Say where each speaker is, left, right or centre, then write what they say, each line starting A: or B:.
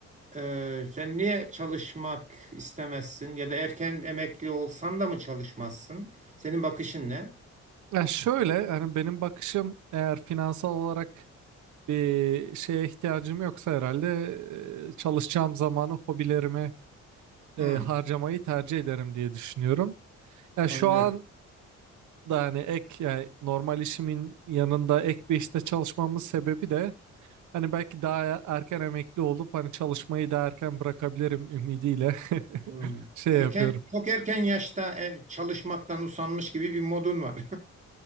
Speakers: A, on the right; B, on the right.
A: E, sen niye çalışmak istemezsin ya da erken emekli olsan da mı çalışmazsın? Senin bakışın ne?
B: Ya şöyle hani benim bakışım eğer finansal olarak bir şeye ihtiyacım yoksa herhalde e, çalışacağım zamanı hobilerime
A: Hmm,
B: e, harcamayı tercih ederim diye düşünüyorum. Ya
A: anlıyorum.
B: şu an da hani ek yani normal işimin yanında ek bir işte çalışmamın sebebi de hani belki daha erken emekli olup hani çalışmayı daha erken bırakabilirim ümidiyle <laughs>
A: Hmm.
B: şey
A: Erken
B: yapıyorum.
A: çok erken yaşta e, çalışmaktan usanmış gibi bir modun var.